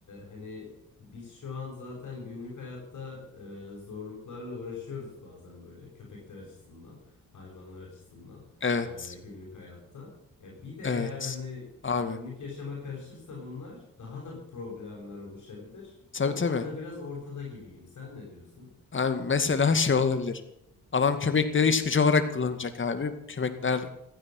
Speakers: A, on the left (about 55°); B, on the left (about 35°).
A: hani biz şu an zaten günlük hayatta e, zorluklarla uğraşıyoruz bazen böyle köpekler açısından, hayvanlar açısından
B: Evet.
A: e, günlük hayatta. Ya bir de
B: Evet.
A: eğer hani
B: Abi.
A: günlük yaşama karışırsa bunlar daha da problemler oluşabilir.
B: Tabii
A: Oradan
B: tabii.
A: da biraz ortada gibiyim. Sen ne diyorsun?
B: Abi mesela <laughs> şey olabilir. Adam köpekleri iş gücü olarak kullanacak abi. Köpekler